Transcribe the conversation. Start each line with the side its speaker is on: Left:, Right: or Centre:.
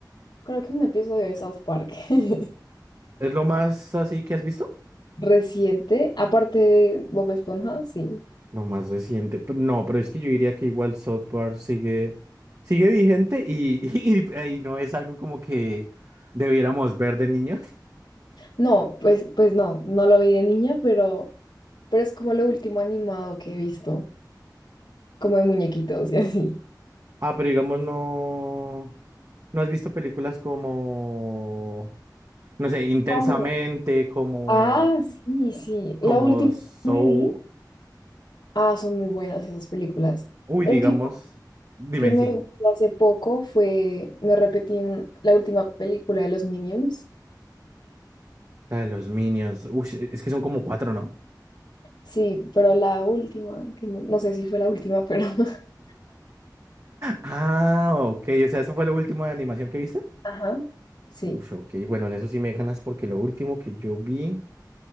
Left: Creo que un episodio de South Park <laughs>
Right: ¿Es lo más así que has visto?
Left: reciente, aparte de Bob Esponja, sí.
Right: Lo más reciente. p- No, pero es que yo diría que igual South Park sigue, sigue vigente y, <laughs> y, y no es algo como que debiéramos ver de niños.
Left: No, pues, pues no, no lo vi de niña, pero, pero es como lo último animado que he visto, como de muñequitos y así.
Right: Ah, pero digamos, no. ¿No has visto películas como. No sé, intensamente,
Left: Ah, bueno.
Right: como.
Left: Ah, sí, sí.
Right: Como
Left: La última
Right: Soul.
Left: que me vi. Ah, son muy buenas esas películas.
Right: Uy,
Left: El
Right: digamos.
Left: último
Right: Dime
Left: que me
Right: si.
Left: vi hace poco fue, me repetí un- la última película de los Minions.
Right: La de los Minions. Uy, es que son como cuatro, ¿no?
Left: Sí, pero la última, que no, no sé si fue la última, pero <laughs>
Right: Ah, ok. O sea, ¿eso fue lo último de animación que viste?
Left: ajá, sí.
Right: Uy, ok. Bueno, en eso sí me ganas porque lo último que yo vi.